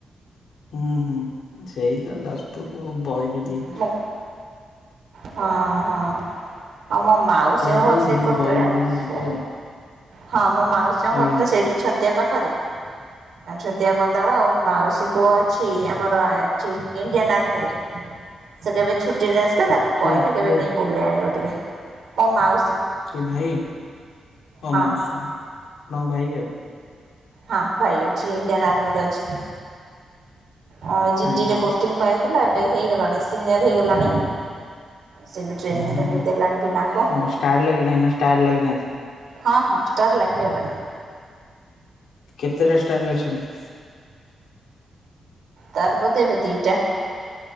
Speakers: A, on the left; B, on the right.
A: ହୁଁ ହୁଁ ସେଇ ତ ଯାଜପୁରରୁ ବଇରି ଦେଇକି
B: ମୋ
A: ଯିବୁ।
B: ହଁ ହଁ। ଆଉ ମ ମାଉସୀଙ୍କ
A: ସତ୍ୟା ଦେଇକି
B: ଘର ସେଇପଟରେ
A: ବଇରେ ଦେଇକି
B: ସେ
A: ଯିବ ଆଉ
B: ହଁ ମୋ ମାଉସୀଙ୍କ
A: ଆଜ୍ଞା
B: ଘରଟା ସେଇଠି ଛତିଆ ପାଖରେ। ଆ ଛତିଆ ବନ୍ଦାଳ ଆଉ ମାଉସୀ ପୁଅ ଅଛି ଆମର ଏଠି ଇଣ୍ଡିଆନ ଆର୍ମିରେ। ସେ କେବେ ଛୁଟିରେ ଆସିଲା ତାକୁ
A: କିଏ
B: କହିଲେ
A: କିଏ
B: କେବେ ନେଇ ବୁଲେଇ ଆଣିବ ଟିକେ ମୋ ମାଉ
A: କି ଭାଇ ଅ
B: ହଁ
A: ମାଉସୀ ଆପଣଙ୍କ ଭାଇ ଆଉ।
B: ହଁ ଭାଇ ଅଛି ଇଣ୍ଡିଆନ ଆର୍ମିରେ ଅଛି। ହଁ ଜିଡି
A: ଆଜ୍ଞା
B: ଲରେ
A: ଆଜ୍ଞା
B: ପୋଷ୍ଟିଂ ପାଇଥିଲା, ଏବେ ହେଇଗଲାଣି ସିନିୟର ହେଇଗଲାଣି। ସେ ବି ଟ୍ରେନିଂ
A: ହୁଁ
B: ଫ୍ରେନିଂ
A: ହୁଁ
B: ଦେଲାଣି ପିଲାଙ୍କୁ
A: ଓ ଷ୍ଟାର ଲାଗିଲାଣି ନା ଷ୍ଟାର ଲାଗିନାହାନ୍ତି
B: ହଁ ହଁ ଷ୍ଟାର୍ ଲାଗିଗଲାଣି।
A: କେତେଟା ଷ୍ଟାରରେ ଅଛନ୍ତି?
B: ତାର ବୋଧେ ଏବେ ଦିଇଟା।